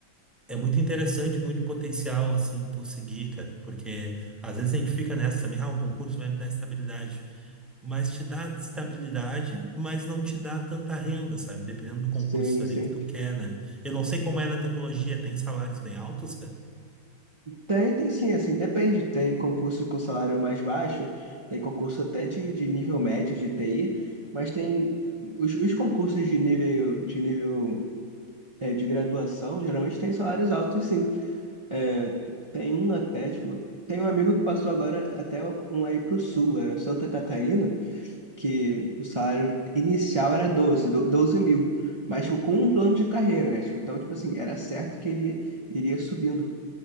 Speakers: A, in the centre; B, on the right.
A: é muito interessante, muito potencial, assim, tu seguir, cara, porque às vezes a gente fica nessa também, ah, o concurso vai me dar estabilidade, mas te dá estabilidade, mas não te dá tanta renda, sabe? Dependendo do
B: Sim,
A: concurso ali
B: sim.
A: que tu quer, né? Eu não sei como é na tecnologia, tem salários bem altos, cara?
B: Tem, tem sim, assim, depende. Tem concurso com salário mais baixo, tem concurso até de, de nível médio de TI, mas tem os, os concursos de nível de nível é, de graduação geralmente tem salários altos, sim. É, tem um até, tipo, tem um amigo que passou agora até um aí pro sul, era Santa Catarina, que o salário inicial era doze do- 12 mil. Mas, tipo, com um plano de carreira, né? Tipo, então, tipo assim, era certo que ele iria subindo.